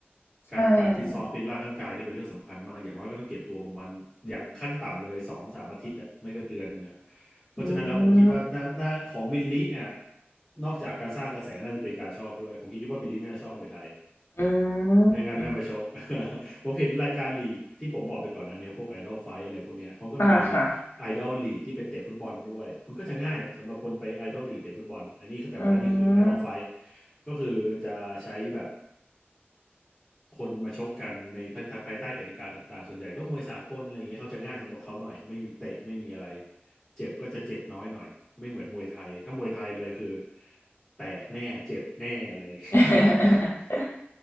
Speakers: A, on the left; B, on the left.
A: ใช่ค่ะ
B: การการฟิตซ้อมฟิตร่างกายเนี่ยเป็นเรื่องสำคัญมากอย่างน้อยก็ต้องเก็บตัวประมาณอย่างขั้นต่ำเลยสองสามอาทิตย์อะไม่ก็เดือนหนึ่งอะเพราะฉะนั้นแล้วผมคิดว่าหน้าหน้าของมินลิเนี่ย
A: อืม
B: นอกจากการสร้างกระแสน่าจะเป็นการชอบด้วยผมคิดว่ามินลิน่าจะชอบมวยไทย
A: อื
B: ไม่งั้นไม่มาชก
A: ม
B: <laughs> ผมเห็นรายการลีกที่ผมบอกไปก่อนหนะเนี้ยพวกไอดอลไฟอะไรพวกเนี้ยเขาก็มี
A: อ่าค่ะ
B: ไอดอลลีกที่ไปเตะฟุตบอลด้วยมันก็จะง่ายสำหรับคนไปไอดอลลีกเตะฟุตบอลอันนี้คือแต่ว่านี่คือไอดอลไฟ
A: อืม
B: ก็คือจะใช้แบบคนมาชกกันในภายใต้ภายใต้กติกาต่างๆส่วนใหญ่ก็มวยสากลอะไรอย่างเงี้ยเขาจะง่ายสำหรับเขาหน่อยไม่มีเตะไม่มีอะไรเจ็บก็จะเจ็บน้อยหน่อยไม่เหมือนมวยไทยถ้ามวยไทยเลยคือแตกแน่เจ็บแน่เลย <laughs>
A: <laughs>